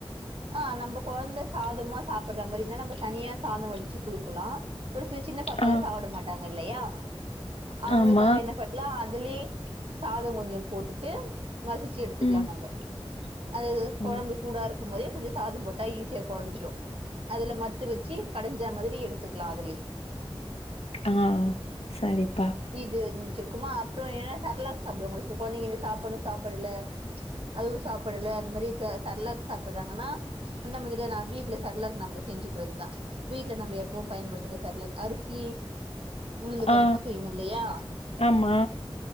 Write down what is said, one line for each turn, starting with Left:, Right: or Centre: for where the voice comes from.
Right: ஆ, நம்ப கொழந்த சாதமா சாப்புட்ற மாரி இருந்தா நம்ப தனியா சாதம் வடிச்சு குடுக்கலா ஒரு சில சின்ன பாப்பாலா
Left: ஆ
Right: சாப்ட மாட்டாங்க இல்லையா அவங்களுக்காக
Left: ஆமா
Right: என்ன பண்லா அதுலயே சாத கொஞ்சோ போட்டுட்டு மசிச் சி எடுத்துக்லா
Left: ம்
Right: நம்ப அது கொழம்பு
Left: ம்
Right: சூடாரு க்கும் போதே கொஞ்சோ சாதம் போட்டா ஈஸியா கொழஞ்சிடு அதுல மத்து வச்சி கடஞ்சா மாதிரி எடுத்துக்லா அதுலயே
Left: ஆ, சரிப்பா
Right: இது ஒண்ணு வச்சுருக்கோமா அப்றோ என்ன செர்லாக் சாப்டுவாங்க ஒரு சில கொழந்தைங்க இது சாப்புட்னு சாப்படல அதுவு சாப்புடல அந்த மாரி செர்லாக் சாப்புட்றாங்கனா அந்த மாதிரிதா நா வீட்ல செர்லாக் நம்ப செஞ்சுக்றதுதா வீட்ல நம்ப எப்பவு பயன்படுத்துற செர்லாக், அரிசி உளுந்து கஞ்சி
Left: ஆ
Right: செய்வோ இல்லயா
Left: ஆமா